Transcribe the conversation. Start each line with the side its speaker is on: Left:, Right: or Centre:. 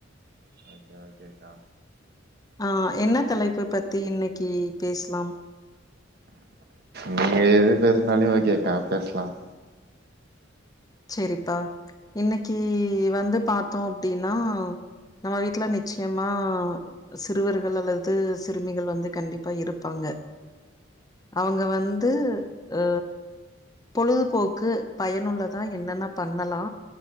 Right: ஓகே ஓகேக்கா
Left: ஆ என்ன தலைப்பு பத்தி இன்னைக்கு பேசலாம்
Right: நீங்க எது பேசினாலு ஓகேக்கா பேசலாம்
Left: செரிப்பா இன்னைக்கு வந்து பாத்தோ அப்டின்னா நம்ம வீட்ல நிச்சயமா சிறுவர்கள் அல்லது சிறுமிகள் வந்து கண்டிப்பா இருப்பாங்க அவங்க வந்து அ பொழுதுபோக்கு பயனுள்ள தா என்னென்ன பண்ணலா